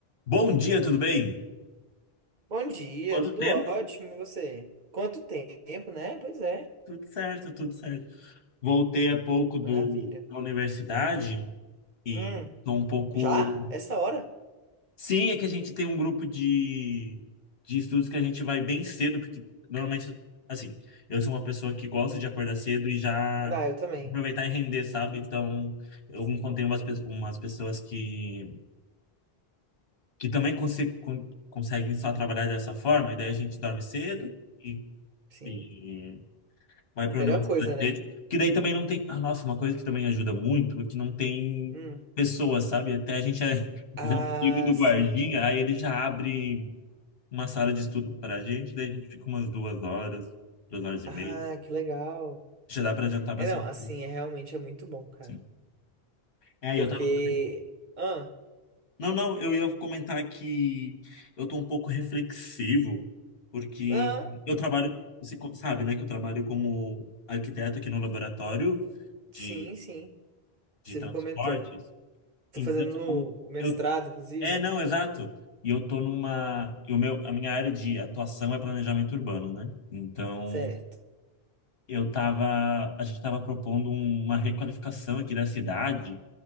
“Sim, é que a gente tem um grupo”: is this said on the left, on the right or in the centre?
Left